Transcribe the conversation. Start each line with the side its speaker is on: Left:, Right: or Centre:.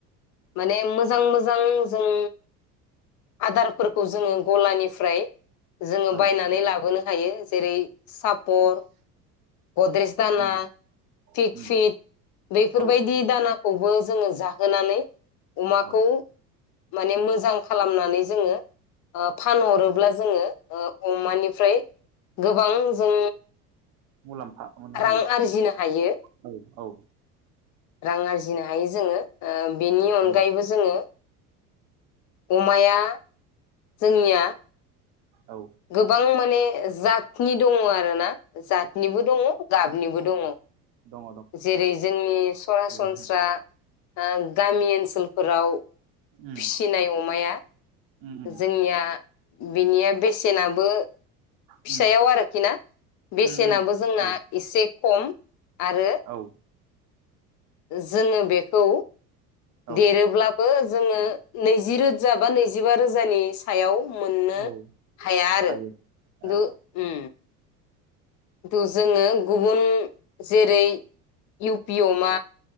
Left: माने मोजां मोजां जों आदार फोरखौ जोङो गलानिफ्राय जोङो
Right: औ
Left: बायनानै लाबोनो हायो। जेरै सापर, गद्रेेज दाना,
Right: उम
Left: फिग
Right: उम
Left: फिट बेफोरबायदि
Right: औ
Left: दाना खौबो जोङो जाहोनानै अमाखौ
Right: औ
Left: माने मोजां खालामनानै जोङो ओ फानहरोब्ला जोङो ओ अमानिफ्राय गोबां जों
Right: मुलाम्फा मोननो हायो
Left: रां आरजिनो हायो।
Right: औ औ
Left: रां आरजिनो हायो जोङो ओ बेनि अनगायैबो
Right: हायो
Left: जोङो अमाया जोंनिया
Right: औ
Left: गोबां माने ओज जातनि दङ आरो ना। जातनिबो दङ गाबनिबो दङ
Right: दङ
Left: जेरै जोंनि सरासनस्रा
Right: दङ
Left: ओ गामि ओनसोलफोराव
Right: उम
Left: फिसिनाय अमाया
Right: उम
Left: जोंनिया बिनिया बेसे सेनाबो फिसायाव
Right: उम
Left: आरोखि ना बेसेनाबो
Right: उम उम
Left: जोंना
Right: औ
Left: एसे खम आरो
Right: औ
Left: जोङो बेखौ
Right: औ
Left: देरोब्ला बो जोंङो नैजि रोजा बा नैजिबा रोजानि सायाव मोननो
Right: औ
Left: हाया आरो
Right: हायो
Left: दु
Right: ए
Left: ओम खिथु जोंङो गुबुन जेरै इउ पि अमा